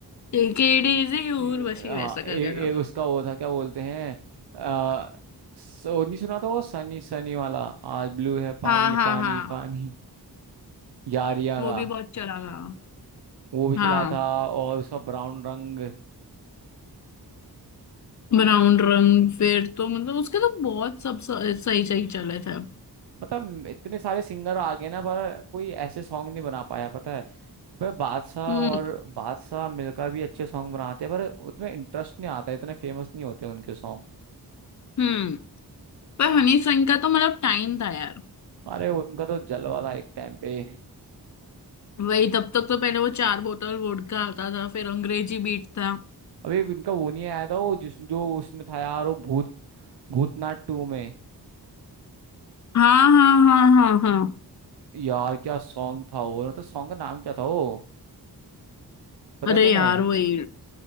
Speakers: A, on the left; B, on the right.
A: टेक इट इजी उर्वशी
B: ये- हाँ
A: वैसा
B: ए-
A: करके था
B: एक उसका वो था क्या बोलते हैं आ, सो नहीं सुना था वो सनी सनी वाला आज ब्लू है पानी
A: हाँ हाँ
B: पानी
A: हाँ
B: पानी यारियां
A: वो
B: का
A: भी बहुत चला था
B: वो भी चला
A: हाँ
B: था और उसका ब्राउन रंग
A: ब्राउन रंग फिर तो मतलब उसके तो बहुत सब स- सही सही चले थे
B: मतलब इतने सारे सिंगर आ गए ना पर कोई ऐसे सॉन्ग नहीं बना पाया पता है पर बादशाह
A: हम्म
B: और बादशाह मिलकर भी अच्छे सॉन्ग बनाते हैं पर उसमें इंटरेस्ट नहीं आता इतने फेमस नहीं होते उनके सॉन्ग
A: हम्म पर हनी सिंह का तो मतलब टाइम था यार
B: अरे उनका तो जलवा था एक टाइम पे
A: वही तब तक तो पहले वो चार बोतल वोडका आता था फिर अंग्रेजी बीट था
B: अभी उनका वो नहीं आया था वो जिस जो उसमें था यार वो भूत भूतनाथ टू में
A: हाँ हाँ हाँ हाँ हाँ
B: यार क्या सॉन्ग था वो मतलब सॉन्ग का नाम क्या था वो पता
A: अरे
B: है तुम्हें
A: यार वही